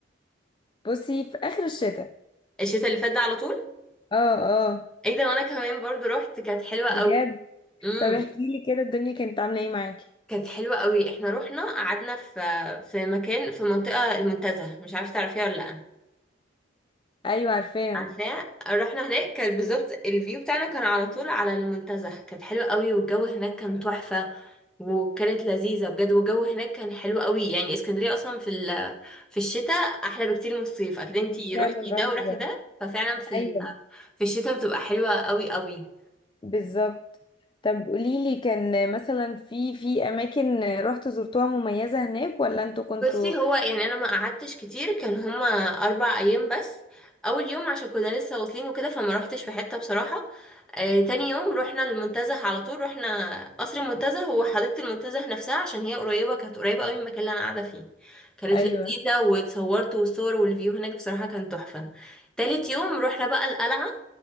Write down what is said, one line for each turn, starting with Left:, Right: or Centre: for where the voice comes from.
Left: بصي في اخر الشتاء
Centre: الشتاء اللي فات ده على طول
Left: اه اه
Centre: ايه ده وانا كمان برضو رحت كانت حلوه قوي
Left: بجد
Centre: امم
Left: طب احكي لي كده الدنيا كانت عامله ايه معاكي
Centre: كانت حلوه قوي احنا رحنا قعدنا في في مكان في منطقه المنتزه مش عارفه تعرفيها ولا لا
Left: ايوه عارفاها
Centre: عارفاه رحنا هناك كان بالظبط الفيو بتاعنا كان على طول على المنتزه كانت حلوة قوي والجو هناك كان تحفة وكانت لذيذة بجد والجو هناك كان حلو قوي يعني اسكندرية اصلا في ال- في الشتاء احلى بكتير من الصيف اكيد انتي
Left: هي فعلا
Centre: روحتي
Left: رهيبه
Centre: ده ورحتي ده ففعلا في ال-
Left: ايوه
Centre: في الشتاء بتبقى حلوة قوي قوي
Left: بالظبط طب قولي لي كان مثلا في في اماكن رحت زرتوها مميزه هناك ولا انتوا كنتوا
Centre: بصي هو يعني انا ما قعدتش كتير كان هما اربع ايام بس اول يوم عشان كنا لسه واصلين وكده فما روحتش في حته بصراحه آه تاني يوم رحنا المنتزه على طول رحنا قصر المنتزه هو حديقه المنتزه نفسها عشان هي قريبه كانت قريبه قوي من المكان اللي انا قاعده فيه كانت
Left: ايوه
Centre: لذيذه واتصورت والصور والفيو هناك بصراحه كان تحفه تالت يوم رحنا بقى القلعه